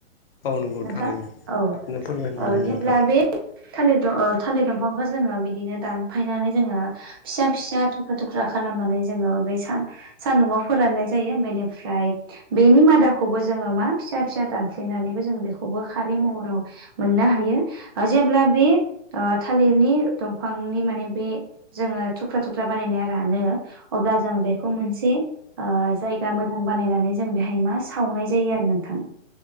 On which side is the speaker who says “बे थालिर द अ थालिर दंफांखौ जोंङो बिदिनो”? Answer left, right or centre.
Right